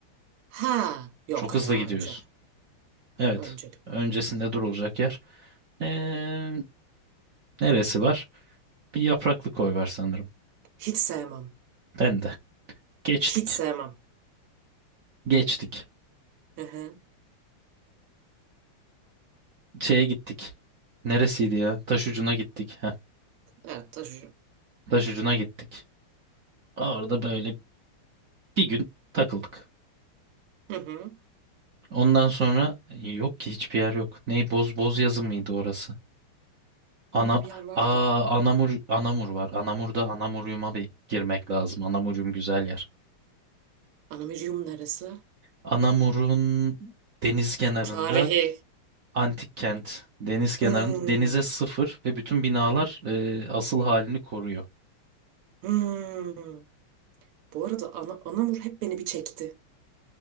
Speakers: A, on the right (about 85°); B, on the right (about 55°).
A: Ha, yok
B: Çok hızlı
A: ya
B: gidiyorsun.
A: önce.
B: Evet.
A: Önce.
B: Öncesinde durulacak yer. Ee, neresi var? Bir yapraklı koy var sanırım.
A: Hiç sevmem.
B: Ben de. Geçtik.
A: Hiç sevmem.
B: Geçtik.
A: Hı hı.
B: Şeye gittik. Neresiydi ya? Taş ucuna gittik. Heh.
A: Evet taşıcı.
B: Taş ucuna gittik. Orada böyle bir gün takıldık.
A: Hı hı.
B: Ondan sonra yok ki hiçbir yer yok. Ney boz boz yazı mıydı orası?
A: Böyle
B: Ana
A: bir yer vardı
B: Aa,
A: ya.
B: Anamur Anamur var. Anamur'da Anamurium'a bir girmek lazım. Anamurium güzel yer.
A: Anamirium neresi?
B: Anamur'un deniz kenarında
A: Tarihi.
B: antik kent, deniz kenarında,
A: Hmm.
B: denize sıfır ve bütün binalar e, asıl halini koruyor.
A: Hmm. Bu arada ana, Anamur hep beni bir çekti.